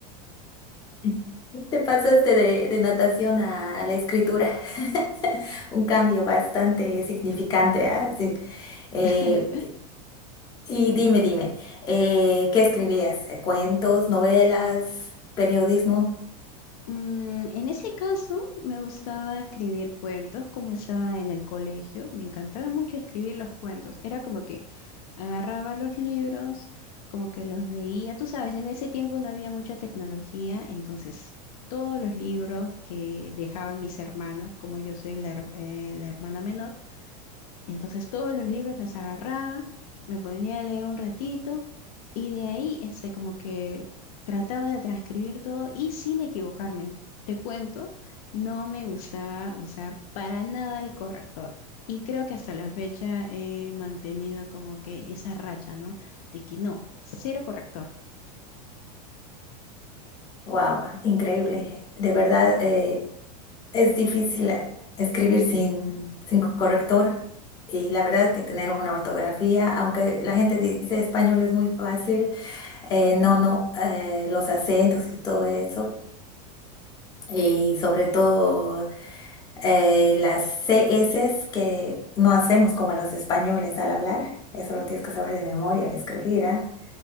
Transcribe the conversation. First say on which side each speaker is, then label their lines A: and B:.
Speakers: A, on the left; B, on the left.
A: <laughs> Te pasaste de, de natación a la escritura, <laughs> un cambio bastante significante, ¿ah? Sí. Eh,
B: <laughs>
A: y dime, dime, eh, ¿qué escribías? Eh, ¿Cuentos, novelas, periodismo?
B: Mm, en ese caso, me gustaba escribir cuentos como estaba en el colegio. Me encantaba mucho escribir los cuentos. Era como que agarraba los libros, como que los veía. Tú sabes, en ese tiempo no había mucha tecnología, entonces todos los libros que dejaban mis hermanos, como yo soy la, her- eh, la hermana menor, entonces todos los libros los agarraba, me ponía a leer un ratito y de ahí este, como que trataba de transcribir todo y sin equivocarme. Te cuento, no me gustaba usar para nada el corrector. Y creo que hasta la fecha he mantenido como que esa racha, ¿no? De que no, cero corrector.
A: Wow, increíble. De verdad, eh, es difícil escribir sin, sin corrector. Y la verdad que tener una ortografía, aunque la gente dice español es muy fácil, eh, no, no, eh, los acentos y todo eso. Y sobre todo eh, las CS que no hacemos como los españoles al hablar, eso lo tienes que saber de memoria al escribir, ¿ah?